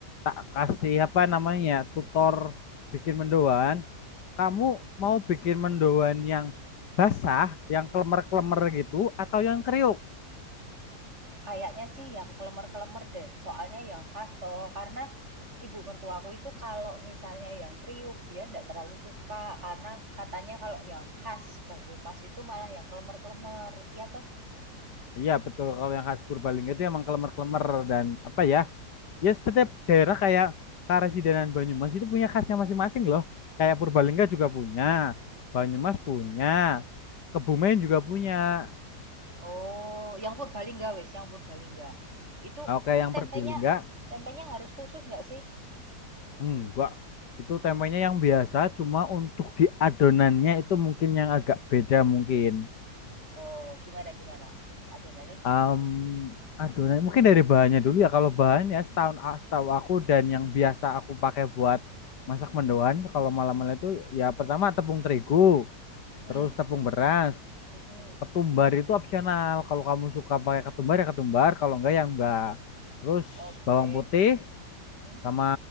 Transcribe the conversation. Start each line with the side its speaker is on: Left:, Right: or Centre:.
Left: tak kasih apa namanya ya, tutor bikin mendoan, kamu mau bikin mendoan yang basah, yang klemer-klemer gitu, atau yang kriuk?
Right: Kayaknya sih yang kelemer-kelemer deh, soalnya yang khas toh. Karena ibu mertuaku itu kalau misalnya yang kriuk dia ndak terlalu suka, karena katanya kalau yang khas Banyumas itu malah yang kelemer-kelemer. Iya toh?
Left: Iya betul, kalau yang khas Purbalingga itu emang klemer-klemer dan apa ya? ya setiap daerah kayak Karesidenan Banyumas itu punya khasnya masing-masing loh. Kayak Purbalingga juga punya, Banyumas punya, Kebumen juga punya.
Right: Oh, yang Purbalingga wes, yang Purbalingga. Itu
Left: Oke,
Right: itu
Left: yang
Right: tempenya
Left: Purbalingga
Right: tempenya harus khusus nggak sih?
Left: enggak. Itu tempenya yang biasa, cuma untuk di adonannya itu mungkin yang agak beda mungkin.
Right: Oh, gimana gimana? Adonannya gimana?
Left: Em, adonan mungkin dari bahannya dulu ya. Kalau bahan ya setahun a- setahu aku dan yang biasa aku pakai buat masak mendoan kalau malam-malam
Right: Mm-mm.
Left: itu ya pertama tepung terigu,
Right: Mm-mm.
Left: terus tepung beras.
Right: Mm-mm.
Left: ketumbar itu opsional. Kalau kamu suka pakai ketumbar ya ketumbar, kalau enggak ya enggak. Terus
Right: Oke.
Left: bawang putih
Right: Mm-mm.
Left: sama